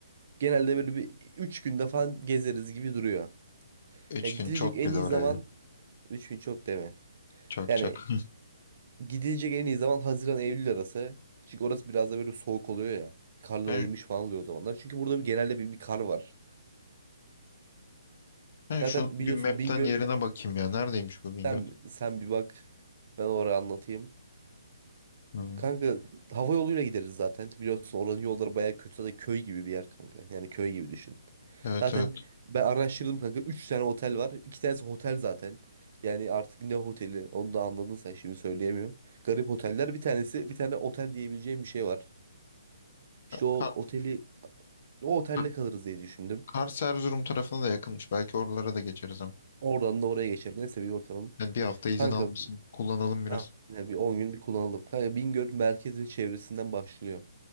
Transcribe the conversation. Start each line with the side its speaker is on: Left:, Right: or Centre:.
Right: Genelde böyle bir 3 günde falan gezeriz gibi duruyor.
Left: Üç
Right: Ya gidilecek
Left: gün çok
Right: en
Left: güzel
Right: iyi
Left: oraya.
Right: zaman Üç gün çok değil mi?
Left: Çok
Right: Yani
Left: çok.
Right: gidilecek en iyi zaman Haziran Eylül arası. Çünkü orası biraz da böyle soğuk oluyor ya. Karlar
Left: Ben,
Right: erimiş falan oluyor o zamanlar. Çünkü burada bir, genelde bir, bir kar var.
Left: ben
Right: Zaten
Left: şunu bir
Right: biliyorsun
Left: map'ten
Right: Bingöl
Left: yerine bakayım ya. Neredeymiş bu Bingöl?
Right: sen, sen bir bak. Ben oraya anlatayım.
Left: Hmm.
Right: Kanka hava yoluyla gideriz zaten. Biliyorsun oranın yolları bayağı kötü. Zaten köy gibi bir yer kanka. Yani köy gibi düşün.
Left: Evet
Right: Zaten
Left: evet.
Right: ben araştırdım kanka. 3 tane otel var. 2 tanesi otel zaten. Yani artık ne oteli onu da anladın sen şimdi söyleyemiyorum. Garip oteller bir tanesi bir tane otel diyebileceğim bir şey var. İşte o
Left: Ka-
Right: oteli o otelde
Left: Ka-
Right: kalırız diye düşündüm.
Left: Kars Erzurum tarafına da yakınmış. Belki oralara da geçeriz ama.
Right: Oradan da oraya geçer. Neyse bir bakalım.
Left: Yani bir hafta izin
Right: Kanka
Left: almışsın. Kullanalım biraz.
Right: aynen bir 10 gün bir kullanalım. Kanka Bingöl merkez ve çevresinden başlıyor.